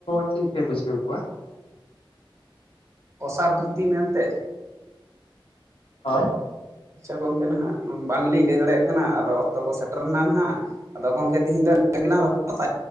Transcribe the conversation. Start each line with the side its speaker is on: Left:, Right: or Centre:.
Left: ᱪᱮᱫ ᱯᱮ ᱵᱩᱡᱷᱟᱹᱣ ᱠᱚᱣᱟ?
Right: ᱚᱥᱟᱨ ᱫᱷᱩᱛᱤ ᱢᱮᱱᱛᱮ
Left: ᱦᱳᱭ
Right: ᱪᱚ ᱜᱚᱝᱠᱮ ᱱᱟᱦᱟᱜ ᱵᱟᱝ ᱞᱤᱧ ᱞᱟᱹᱭ ᱫᱟᱲᱮᱭᱟᱜ ᱠᱟᱱᱟ ᱟᱫᱚ ᱚᱠᱛᱚ ᱠᱚ ᱥᱮᱴᱮᱨ ᱱᱟ ᱱᱟᱦᱟᱜ ᱟᱫᱚ ᱜᱚᱝᱠᱮ ᱛᱤᱦᱤᱧ ᱫᱚ ᱤᱱᱟ <inaudible>